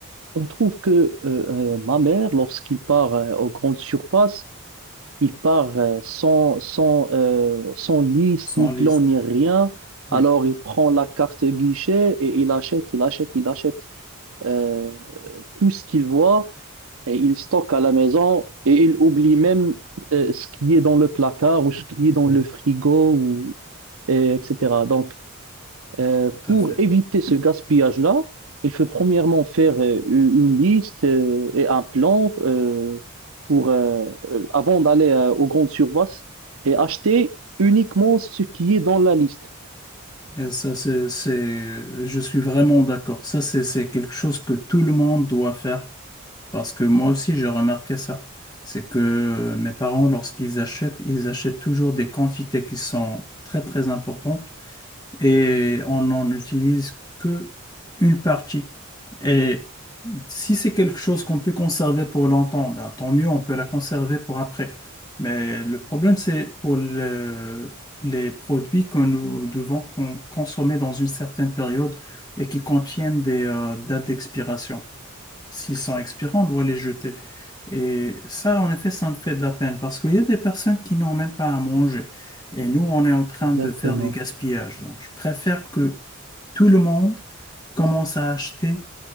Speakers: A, on the right (about 75°); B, on the left (about 20°).
A: on trouve que euh, euh, ma mère, lorsqu'il part euh, aux grandes surfaces, il part euh, sans, sans, euh, sans liste,
B: sans
A: ni plan,
B: liste.
A: ni rien.
B: Oui,
A: Alors, il prend la carte guichet et il achète, il achète, il achète. Euh, tout ce qu'il voit, et il stocke à la maison et il oublie même euh, ce qui est dans le placard ou ce qui est dans le frigo, ou, et etc. Donc, euh,
B: tout
A: pour
B: à fait.
A: éviter ce gaspillage-là, il faut premièrement faire euh, une liste euh, et un plan euh, pour, euh, avant d'aller euh, aux grandes surfaces et acheter uniquement ce qui est dans la liste.
B: Et ça, c'est, c'est- je suis vraiment d'accord. Ça, c'est c'est quelque chose que tout le monde doit faire Parce que moi aussi, j'ai remarqué ça. C'est que mes parents, lorsqu'ils achètent, ils achètent toujours des quantités qui sont très, très importantes et on n'en utilise que une partie. Et si c'est quelque chose qu'on peut conserver pour longtemps, ben, tant mieux, on peut la conserver pour après. Mais le problème, c'est pour le- les produits que nous devons con- consommer dans une certaine période et qui contiennent des euh, dates d'expiration s'ils sont expirants, on doit les jeter. Et ça, en effet, ça me fait de la peine parce qu'il y a des personnes qui n'ont même pas à manger. Et nous, on est en train
A: Exactement.
B: de faire du gaspillage. Donc, je préfère que tout le monde commence à acheter